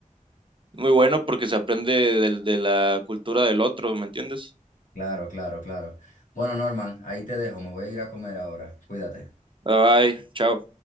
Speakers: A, on the right; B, on the left.
A: muy bueno porque se aprende del- de, la cultura del otro, ¿me entiendes?
B: Claro, claro, claro. Bueno, Norman, ahí te dejo, me voy a ir a comer ahora. Cuídate.
A: Bye, bye, chao.